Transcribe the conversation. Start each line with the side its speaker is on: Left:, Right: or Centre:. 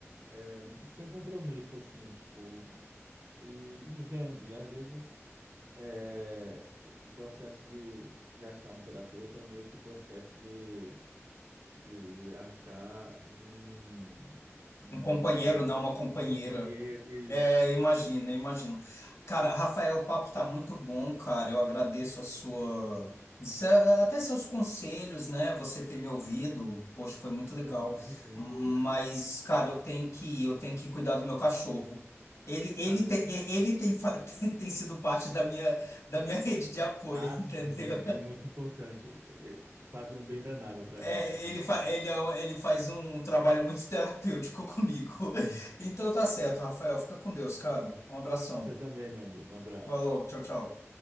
Right: é, sem compromisso, assim, tipo, e, e vendo. E às vezes é, o processo de, de achar um terapeuta é meio que o processo de de achar um, um,
Left: Um companheiro, não uma companheira.
Right: um companheiro. Isso.
Left: É, imagina, imagino. Cara,
Right: Não,
Left: Rafael, o papo tá
Right: ah,
Left: muito bom, cara. Eu agradeço a sua, se- até seus conselhos, né? Você ter me ouvido, poxa, foi muito legal.
Right: não, tamo junto,
Left: Mas,
Right: meu amigo.
Left: cara, eu tenho que eu tenho que cuidar do meu cachorro. Ele, ele,
Right: Tá bem.
Left: tem, ele tem, fa- <laughs> tem, tem sido parte da minha, da minha <laughs> rede de apoio,
Right: Ah,
Left: <laughs> entendeu?
Right: sim, é, é muito importante é, fazer um bem danado pra
Left: É,
Right: gente, os bichinhos.
Left: ele, fa- ele, é um- ele faz um trabalho muito terapêutico <laughs> comigo.
Right: <laughs>
Left: Então tá certo, Rafael. Fica com Deus, cara. Um abração.
Right: Você também, meu amigo. Um abraço.
Left: Falou, tchau, tchau.